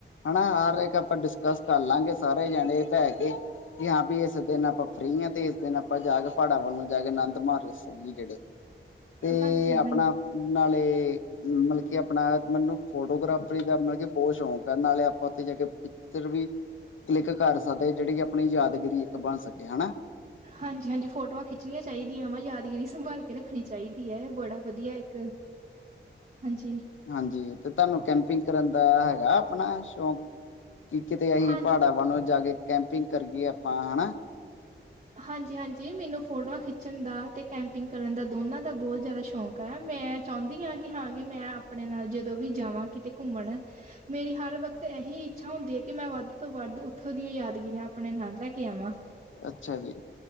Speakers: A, on the left (about 75°); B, on the right (about 35°).
A: ਹਨਾ ਹਾਰ ਏਕ ਆਪਾਂ ਡਿਸਕਸ ਕਰ ਲਾਂਗੇ ਸਾਰੇ ਜਨੇ ਤਾ ਹੈਗੇ ਕਿ ਹਾਂ ਵੀ ਇਸ ਦੇਨ ਆਪਾਂ ਫ੍ਰੀ ਆ, ਤੇ ਏਸ ਦੇਨ ਆਪਾ ਜਾ ਕੇ ਪਾੜਾ ਵਾੱਲ ਨੂੰ ਜਾ ਕੇ ਆਨੰਦ ਮਾਣ ਰੇ ਸੀ ਜੇੜੇ ਤੇ,
B: ਹਾਂਜੀ ਹਾਂ
A: ਆਪਣਾ ਨਾਲੇ ਤੇ ਮਲਬ ਕੀ ਆਪਣਾ ਮਨੂੰ ਫੋਟੋਗ੍ਰਾਫਰੀ ਦਾ ਮਲਬ ਕਿ ਬੋਤ ਸ਼ੌਕ ਆ ਨਾਲੇ ਆਪਾਂ ਓਥੇ ਜਾ ਕੇ ਫਿਰ ਵੀ ਕਲਿੱਕ ਕਰ ਸਕਦੇ ਜੇੜੀ ਕਿ ਅਪਨੀ ਯਾਦਗਿਰੀ ਇੱਕ ਬਨ ਸਕੇ ਹਨਾ
B: ਹਾਂਜੀ ਹਾਂਜੀ ਫੋਟੋਆਂ ਖਿੱਚਨੀਆਂ ਚਾਈਦੀਆਂ ਵਾ ਯਾਦਗਿਰੀ ਸੰਭਾਲ ਕੇ ਰੱਖਨੀ ਚਾਹੀਦੀ ਐ, ਬੜਾ ਵਦੀਆ ਇੱਕ ਹਂਜੀ।
A: ਹਾਂਜੀ, ਤੇ ਤਾਨੂੰ ਕੈਂਪਿੰਗ ਕਰਨ ਦਾ ਹੈਗਾ ਆਪਨਾ ਸ਼ੌਕ ਕਿ ਕਿਤੇ ਅਸੀਂ
B: ਹਾਂ
A: ਪਹਾੜਾਂ ਵੱਲੋਂ ਜਾ ਕੇ ਕੈਂਪਿੰਗ ਕਰੀਏ ਆਪਾਂ ਹਨਾ
B: ਹਾਂਜੀ-ਹਾਂਜੀ। ਮੈਨੂੰ ਫੋਟੋਆਂ ਖਿੱਚਣ ਦਾ ਤੇ ਕੈਂਪਿੰਗ ਕਰਨ ਦਾ ਦੋਨਾਂ ਦਾ ਬਹੁਤ ਜ਼ਿਆਦਾ ਸ਼ੌਕ ਹੈ ਮੈਂ ਚਾਹੁੰਦੀ ਹਾਂ ਕਿ ਹਾਂ ਵੀ ਮੈ ਆਪਣੇ ਨਾਲ ਜਦੋਂ ਵੀ ਜਾਵਾਂ ਕਿਤੇ ਘੁੰਮਣ ਮੇਰੀ ਹਰ ਵਕਤ ਇਹੀ ਇੱਛਾ ਹੁੰਦੀ ਹੈ ਕਿ ਮੈਂ ਵੱਧ ਤੋਂ ਵੱਧ ਉੱਥੋਂ ਦੀਆਂ ਯਾਦਗਰੀਆਂ ਆਪਣੇ ਨਾਲ ਲੈ ਕੇ ਆਵਾਂ
A: ਅੱਛਾ ਜੀ